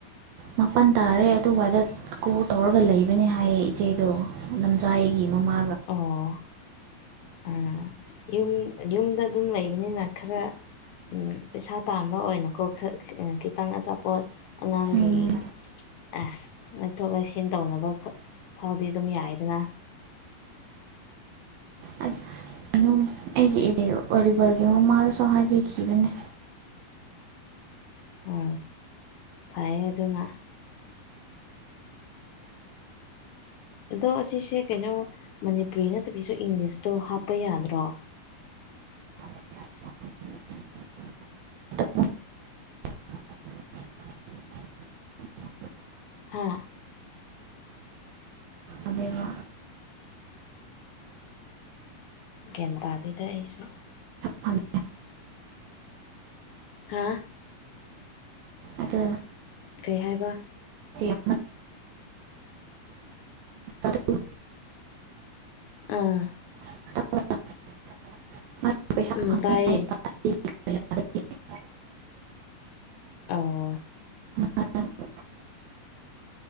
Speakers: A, on the right (about 75°); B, on the left (about 70°).
A: ꯃꯥꯄꯟ ꯇꯥꯔꯦ ꯑꯗꯨꯋꯥꯏꯗ ꯀꯣ ꯇꯧꯔꯒ ꯂꯩꯕꯅꯦ ꯍꯥꯏꯌꯦ ꯏꯆꯦꯗꯣ ꯂꯝꯖꯥꯏꯒꯤ ꯃꯃꯥ
B: ꯑꯣ ꯑ ꯌꯨꯝ ꯌꯨꯝꯗ ꯑꯗꯨꯝ ꯂꯩꯕꯅꯤꯅ ꯈꯔ ꯄꯩꯁꯥ ꯇꯥꯥꯟꯕ ꯑꯣꯏꯅꯀꯣ ꯈꯤꯇꯪ ꯑꯆꯥꯄꯣꯠ ꯉꯪꯒꯤ
A: ꯎꯝ
B: ꯑꯁ ꯂꯩꯊꯣꯛ ꯂꯩꯁꯤꯟ ꯇꯧꯅꯕ ꯊꯥꯎꯗꯤ ꯑꯗꯨꯝ ꯌꯥꯏꯗꯅ
A: ꯎ ꯑꯩꯒꯤ ꯏ ꯑꯣꯂꯤꯕꯔꯒꯤ ꯃꯃꯥꯗꯁꯨ ꯍꯥꯏꯕꯤꯈꯤꯕꯅꯦ
B: ꯎ ꯐꯥꯏꯠꯅ ꯑꯗꯣ ꯑꯁꯤꯁꯦ ꯀꯩꯅꯣ ꯃꯅꯤꯄꯨꯔꯤ ꯅꯠꯇꯕꯤꯁꯨ ꯏꯪꯂꯤꯁꯇꯣ ꯍꯥꯞꯄ ꯌꯥꯗ꯭ꯔꯣ
A: <inaudible>
B: ꯍꯥ
A: ꯑꯗꯕ
B: ꯒꯦꯟꯇꯥꯗꯨꯗ ꯑꯩꯁꯨ
A: ꯄꯟ
B: ꯍꯥꯥ
A: ꯑꯗꯣ
B: ꯀꯩ ꯍꯥꯏꯕ
A: ꯗꯨ ꯑꯗꯨ
B: ꯑꯥ
A: <inaudible>
B: ꯎ
A: ꯐꯪꯉꯦ
B: ꯇꯥꯏꯌꯦ
A: <inaudible> ꯑꯗꯨ
B: ꯑꯣ
A: ꯃꯥꯅ ꯄꯩꯁꯥ